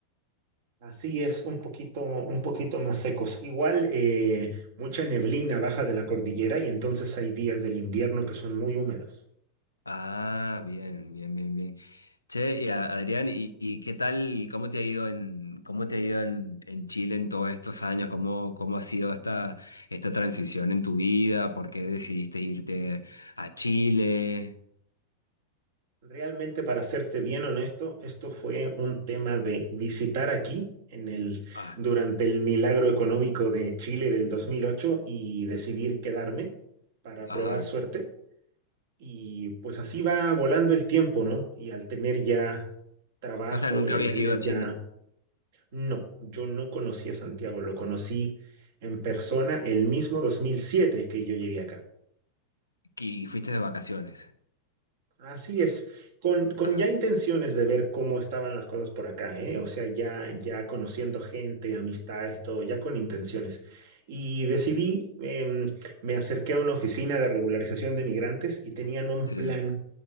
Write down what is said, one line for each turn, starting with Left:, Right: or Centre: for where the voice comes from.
Right: Así es, un poquito, un poquito más secos. Igual, eh, mucha neblina baja de la cordillera y entonces hay días del invierno que son muy húmedos.
Left: Ah, bien, bien, bien, bien. Che, y a- Adrián, ¿y, y qué tal, cómo te ha ido en, cómo te ha ido en, en Chile en todos estos años? ¿Cómo, cómo ha sido esta, esta transición en tu vida? ¿Por qué decidiste irte a Chile?
Right: Realmente, para serte bien honesto, esto fue un tema de visitar aquí en el,
Left: Ah,
Right: durante el milagro económico de Chile del 2008 y decidir quedarme para
Left: ajá.
Right: probar suerte. Y pues así va volando el tiempo, ¿no? Y al tener ya trabajo
Left: O sea, nunca
Right: y
Left: habías
Right: al tener
Left: ido a Chile
Right: ya No, yo no conocí a Santiago, lo conocí en persona el mismo 2007 que yo llegué acá.
Left: y fuiste de vacaciones.
Right: Así es, con, con
Left: Ajá.
Right: ya intenciones de ver cómo estaban las cosas por acá, ¿eh? O sea, ya, ya conociendo gente, amistades y todo, ya con intenciones. Y decidí, em, me acerqué a una oficina de regularización de migrantes y tenían un
Left: Sí,
Right: plan